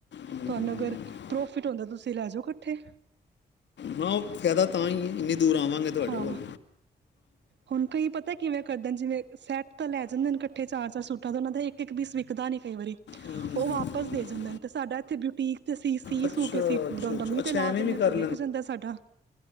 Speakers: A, on the left; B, on the right.
A: ਹਮ,
B: ਤਹਾਨੂੰ
A: ਹਮ।
B: ਅਗਰ ਪਰੋਂ ਫਿਟ ਹੁੰਦਾ। ਤੁਸੀਂ ਲੈ ਜੋ ਕੱਠੇ।
A: ਨਾ ਉਹ ਫ਼ਾਇਦਾ ਤਾਂ ਹੀ ਐ। ਇੰਨੀ ਦੂਰ ਆਵਾਂਗੇ ਤੁਹਾਡੇ
B: ਹਾਂ
A: ਕੋਲ਼।
B: ਹੁਣ ਕਈ ਪਤ ਤਾਂ ਕਿਵੇਂ ਕਰਦੇ ਜਿਵੇਂ ਸੈੱਟ ਤਾਂ ਲੈ ਜਾਂਦੇ ਨੇ ਕੱਠੇ ਚਾਰ- ਚਾਰ ਸੂਟਾਂ ਦਾ ਉਹਨਾਂ ਦਾ ਇੱਕ- ਇੱਕ ਪੀਸ ਵਿਕਦਾ ਨੀ ਕਈ ਵਾਰੀ।
A: ਹਮ, ਹਮ,
B: ਉਹ ਵਾਪਸ
A: ਹਮ।
B: ਦੇ ਜਾਂਦੇ ਨੇ। ਤੇ ਸਾਡਾ ਇੱਥੇ ਬਿਊਟੀਕ ਤੇ ਅਸੀਂ ਸੀ
A: ਅੱਛਾ
B: ਸੂ ਕੇ ਅਸੀਂ
A: ਅੱਛਾ ਅੱਛਾ
B: ਡਮੀਂ
A: ਅੱਛਾ
B: ਤੇ ਲਾ
A: ਐਵੇਂ
B: ਦਿੰਨਾ
A: ਵੀ
B: ਆ
A: ਕਰ
B: ਤੇ ਓ ਵਿਕ ਜਾਂਦਾ ਸਾਡਾ।